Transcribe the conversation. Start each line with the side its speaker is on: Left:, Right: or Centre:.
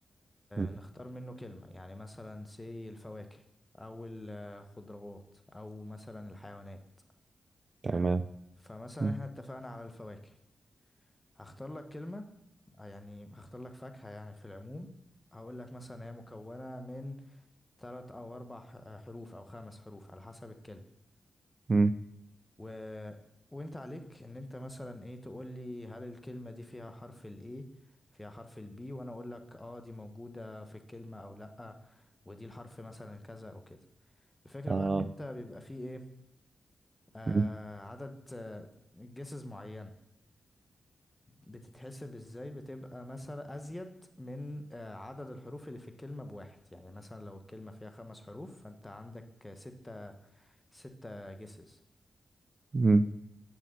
Right: مم.
Left: نختار منه كلمة يعني مثلا سي الفواكه أو الخضروات أو مثلا الحيوانات
Right: تمام
Left: فمثلا
Right: مم.
Left: احنا اتفقنا على الفواكه هختار لك كلمة آه، يعني هختار لك فاكهة يعني في العموم هقول لك مثلا هي مكونة من تلات او اربع ح- آه، حروف او خمس حروف على حسب الكلمة
Right: مم.
Left: و... وانت عليك ان انت مثلا ايه تقول لي هل الكلمة دي فيها حرف الاي فيها حرف البي وانا اقول لك اه دي موجودة في الكلمة او لأ ودي الحرف مثلا كذا او كده الفكرة
Right: اه
Left: بقى ان انت بيبقى فيه ايه آه
Right: مم.
Left: عدد آه جسز معين بتتحسب ازاي بتبقى مثلا ازيد من آه، عدد الحروف اللي في الكلمة بواحد يعني مثلا لو الكلمة فيها خمس حروف فانت عندك ستة ستة جيسز
Right: مم.